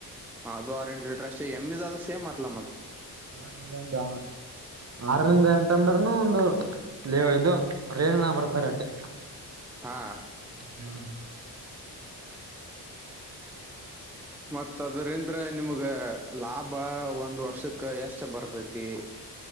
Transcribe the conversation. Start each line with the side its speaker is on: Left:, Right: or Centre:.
Centre: ಹ ಅದು ಆರೆಂಟ್ ಲೀಟರ್ ಅಷ್ಟೇ ಎಮ್ಮಿದದು ಸೇಮಾತ್ಲ ಮತ್.
Right: ನಮ್ಗೊಂದಾ. ಆರರಿಂದ ಎಂಟ ಅಂದ್ರನು ಒಂದು ಲೆ ಇದು <unintelligible> ರೇಜ ನ ಬರ್ತಾರಿ ಅಟ್ಟೆ.
Centre: ಹಾ
Right: ಹ್ಮ್
Centre: ಮತ್ತ ಅದರಿಂತ್ರ ನಿಮ್ಗ ಲಾಭ ಒಂದ್ ವರ್ಷಕ್ಕ ಎಷ್ಟ ಬರ್ತೈತಿ.